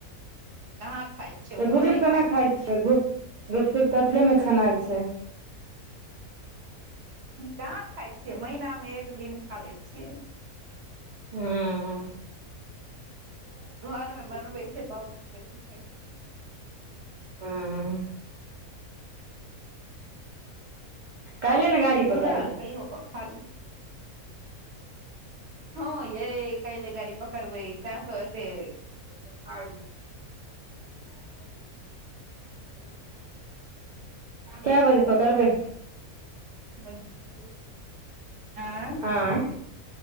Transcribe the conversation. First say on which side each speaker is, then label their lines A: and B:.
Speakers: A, on the right; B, on the right.
A: कहाँ खाइ छियै
B: त
A: ओहो
B: गुपचुप
A: नहि
B: केना
A: खाइ
B: खाय
A: छियै
B: छिय, गुप गुपचुप ऐतले मे छनाय छय।
A: कहां खाय छिय, महीनामे एक दिन खा लय छिय।
B: हुं।
A: घर मे बनबय छय तब बेसी खाय छीय।
B: हूँ काल्हे ने गाड़ी
A: पूजा
B: पकड़बै
A: कहियो क खा लय छिय। हं य कालि गाड़ी पकरबय तें त ऐते अय।
B: <inaudible> हुं के बजे पकड़बै।
A: यें।
B: आंय